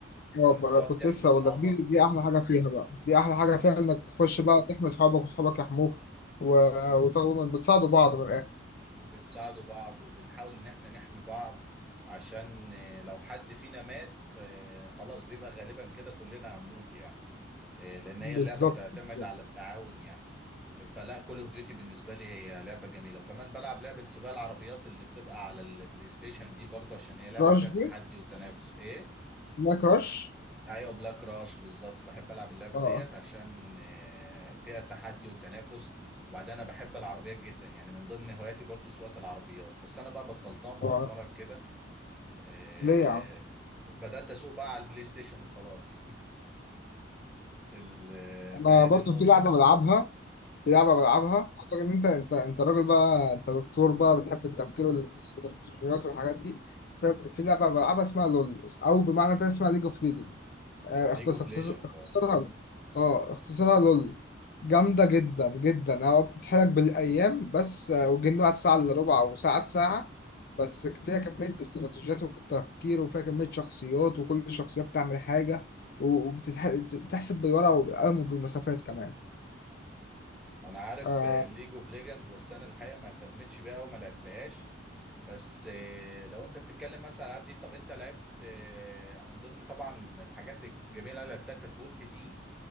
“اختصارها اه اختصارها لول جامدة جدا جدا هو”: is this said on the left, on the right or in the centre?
Left